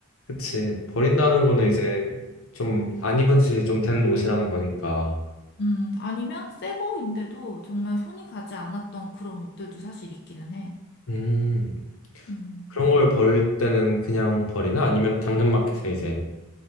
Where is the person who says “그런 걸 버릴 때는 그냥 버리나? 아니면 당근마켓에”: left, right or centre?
Left